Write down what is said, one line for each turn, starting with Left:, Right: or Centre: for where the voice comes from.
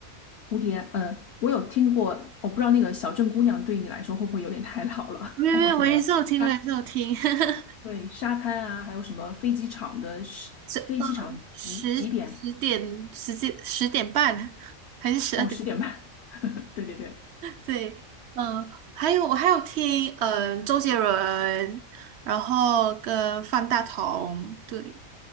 Left: 蝴蝶，嗯，我有听过，我不知道那个小镇姑娘对你来说会不会有点太老了？
Right: 没有没有，
Left: <laughs> 还有什么沙，
Right: 我也是有听，我也是有听。<laughs>
Left: 对，沙滩啊，还有什么飞机场的时，
Right: 十呃十十点十点十点半还是十二点？
Left: 飞机场几几点？哦，十点半。<laughs> 对对对，
Right: 对，嗯、还有我还有听嗯、呃周杰伦，然后跟方大同，对，